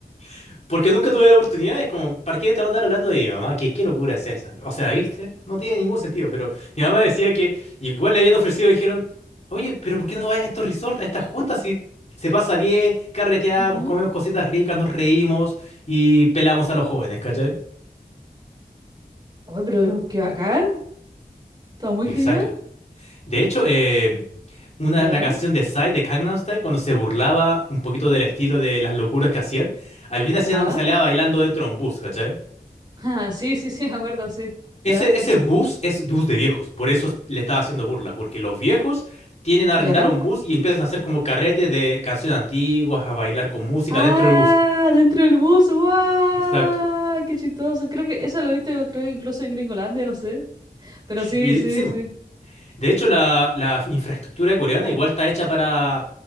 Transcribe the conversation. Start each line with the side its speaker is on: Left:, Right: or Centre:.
Left: <laughs> Porque nunca tuve la oportunidad, es como, ¿para qué te van a andar hablando de mi mamá? ¿Qué, qué locura es esa? O sea, ¿viste? No tiene ningún sentido, pero mi mamá decía que igual le habían ofrecido, dijeron, oye, pero ¿por qué no vas a estos resorts, a estas juntas si se pasa bien, carreteamos,
Right: Ujú.
Left: comemos cositas ricas, nos reímos y pelamos a los jóvenes, ¿cachai?
Right: Oye, pero qué bacán, está muy
Left: Exacto.
Right: genial.
Left: De hecho, eh, una,
Right: Ya,
Left: la canción de Psy de Gangnam Style, cuando se burlaba un poquito del estilo de las locuras que hacían, había una
Right: ya.
Left: escena donde salía bailando dentro de un bus, ¿cachai?
Right: <laughs> Ah, sí, sí, sí, me acuerdo, sí. ¿Ya?
Left: Ese, ese bus es bus de viejos, por eso le estaba haciendo burla, porque los viejos tienen a
Right: ¿Ya?
Left: arrendar un bus y empiezan a hacer como carretes de canciones antiguas, a bailar con música
Right: ¡Ah!
Left: dentro del bus.
Right: ¡Dentro del bus! ¡Guau!
Left: Exacto.
Right: ¡Qué chistoso! Creo que eso lo he visto, creo, incluso en Gringolandia, no sé. Pero sí,
Left: Y
Right: sí,
Left: sí, bu,
Right: sí.
Left: de hecho la, la infraestructura coreana igual está hecha para